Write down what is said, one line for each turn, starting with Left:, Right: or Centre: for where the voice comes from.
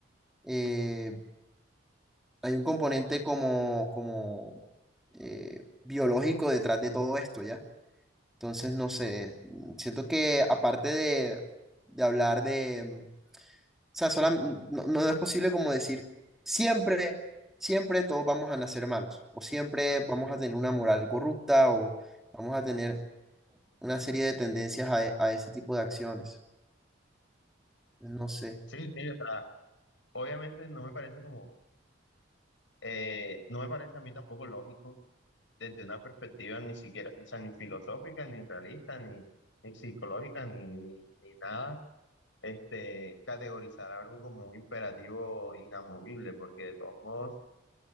Centre: eh, hay un componente como, como eh, biológico detrás de todo esto, ¿ya? Entonces, no sé, mm, siento que aparte de, de hablar de, mm, o sea, solam- mm, no, no no es posible como decir, siempre, siempre todos vamos a nacer malos, o siempre vamos a tener una moral corrupta, o vamos a tener una serie de tendencias a, e- a ese tipo de acciones. No sé.
Left: Sí, sí, o sea, obviamente no me parece como, eh, no me parece a mí tampoco lógico desde una perspectiva ni siquiera, o sea, ni filosófica, ni realista, ni, ni psicológica, ni, ni, ni nada, este, categorizar algo como un imperativo inamovible, porque de todos modos,